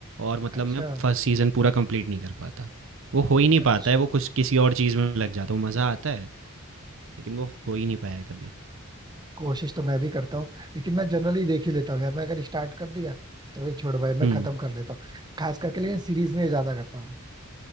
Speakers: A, on the right; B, on the right.
A: और मतलब
B: अच्छा
A: मैं फर्स्ट सीज़न पूरा कंप्लीट नहीं कर पाता वो हो ही नहीं
B: अच्छा
A: पाता है वो कुछ किसी और चीज़ में लग जाता हूँ मज़ा आता है लेकिन वो हो ही नहीं पाया है कभी
B: कोशिश तो मैं भी करता हूँ लेकिन मैं जनरली देख ही लेता हूँ यार मैं अगर स्टार्ट कर दिया तो फिर छोड़ भाई
A: हम्म
B: मैं खत्म कर लेता हूँ खास करके लेकिन सीरीज में ये ज्यादा करता हूँ